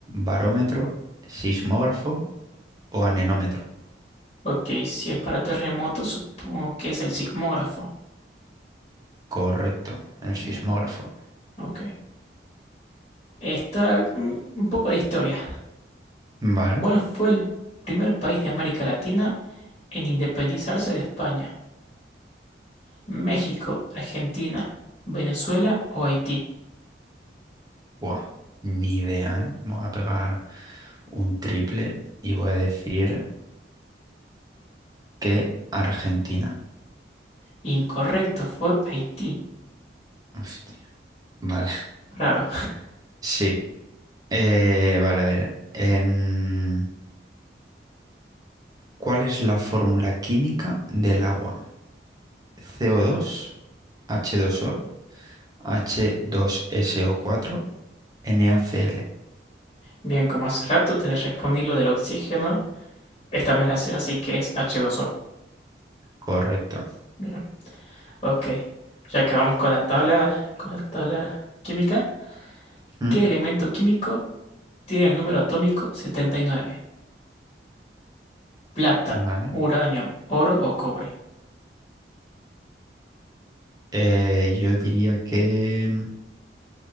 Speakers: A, on the right; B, on the left.
A: barómetro, sismógrafo o anemómetro?
B: Ok, si es para terremotos, supongo que es el sismógrafo.
A: Correcto, el
B: Bien,
A: sismógrafo.
B: ok. Esta, mm, un poco de historia.
A: Vale.
B: ¿Cuál fue el primer país de América Latina en independizarse de España? ¿México, Argentina, Venezuela o Haití?
A: Buah, ni idea, ¿eh? Me voy a pegar un triple y voy a decir que Argentina.
B: Incorrecto, fue Haití.
A: Hostia. Vale,
B: Raro.
A: <laughs> sí. Eh, vale, a ver. em, ¿cuál es la fórmula química del agua? co dos, h dos o h 2 so cuatro, NaCl.
B: Bien, como hace rato te respondí lo del oxígeno, esta me la sé, así que es H2O.
A: Correcto.
B: Bien, ok. Ya que vamos con la tabla, con la tabla química.
A: Mm,
B: ¿Qué elemento químico tiene el número atómico 79? ¿Plata,
A: Vale.
B: uranio, oro o cobre?
A: Eh, yo diría que mm,